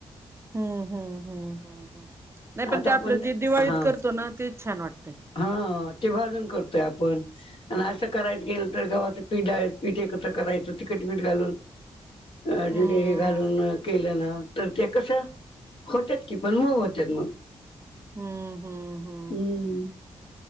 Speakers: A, on the right (about 25°); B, on the left (about 55°).
A: हम्म हम्म हम्म हम्मम् नाही
B: आता
A: पण ते आपलं
B: आपण
A: जे दिवाळीत
B: हा
A: करतो ना तेच छान वाटतंय.
B: हा ते भाजून करतोय आपण. आणि असं करायच गेल तर गव्हाचं पीठ डाळीचं पीठ एकत्र करायचं तिखट मीठ घालून. अ
A: हम्म
B: जिथ हे घालून अ केलं ना तर ते कस होत्यात, की पण मऊ होत्यात म.
A: हं हं हं
B: हम्म,